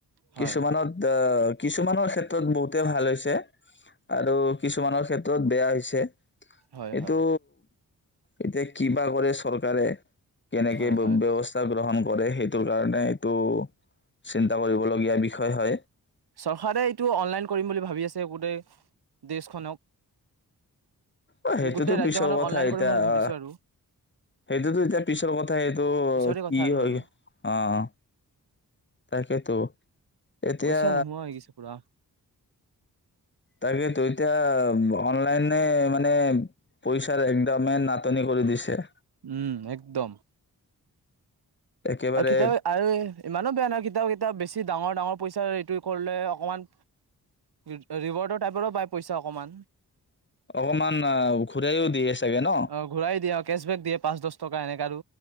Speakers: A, on the right (about 80°); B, on the left (about 30°).
A: হয়
B: কিছুমানত অহ কিছুমানৰ ক্ষেত্ৰত বহুতে ভাল হৈছে আৰু কিছুমানৰ ক্ষেত্ৰত, বেয়া হৈছে।
A: হয়
B: এইটো
A: হয়
B: এতিয়া কিবা কৰে চৰকাৰে। কেনেকে
A: হয়
B: বে-ব্যৱস্থা
A: হয়
B: গ্ৰহণ কৰে সেইটোৰ কাৰণে এইটো, চিন্তা কৰিবলগীয়া বিষয় হয়।
A: চৰকাৰে এইটো অনলাইন কৰিম বুলি ভাবি আছে গোটেই, দেশখনক।
B: অ', সেইটোতো
A: গোটেই ৰাজ্যখনক
B: পিছৰ কথা
A: অনলাইন
B: এতিয়া
A: কৰিম বুলি ভাবিছো
B: আহ,
A: আৰু
B: সেইটোতো এতিয়া পিছৰ কথা সেইটো
A: পিছৰে কথা
B: কি
A: আৰু
B: হয়
A: আৰু
B: অ', তাকেতো। এতিয়া
A: পইচা নোহোৱা হৈ গৈছে পুৰা
B: তাকেইেতো এতিয়া অনলাইনে মানে পইচাৰ একদমে, নাটনি কৰি দিছে।
A: উম, একদম।
B: একেবাৰে
A: আৰু কেতিয়াবা আৰু ইমানো বেয়া নহয় কিতাও কি তিয়া বেছি ডাঙৰ ডাঙৰ পইচা এইটোৱে কৰিলে অকণমান, ৰি-ৰিৱাৰ্ডৰ টাইপৰো পায় পইচা অকণমান।
B: অকমান আহ ঘূৰাইও দিয়ে চাগে ন?
A: অ', ঘূৰাই দিয়ে আৰু কেচবেক দিয়ে পাঁচ দছ টকা এনেকা আৰু।